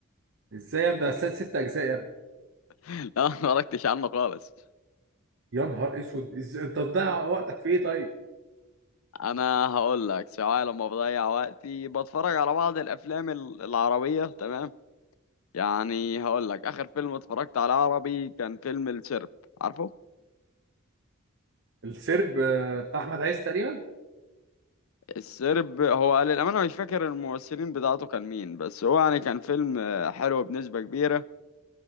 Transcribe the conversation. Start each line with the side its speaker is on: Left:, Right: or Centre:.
Right: ازاي ابدا اسال ست اجزاء يا ابني
Left: <laughs> لا ما اتفرجتش عنه خالص
Right: يا نهار اسود ازاي انت بتضيع وقتك في ايه طيب
Left: انا هقول لك سواء لما بضيع وقتي بتفرج على بعض الافلام ال- العربيه تمام يعني هقول لك اخر فيلم اتفرجت على عربي كان فيلم الشرب عارفه
Right: السرب آه، بتاع احمد عايز تقريبا
Left: السرب هو للأمانة مش فاكر الممثلين بتاعته كان مين بس هو يعني كان فيلم آه، حلو بنسبة كبيرة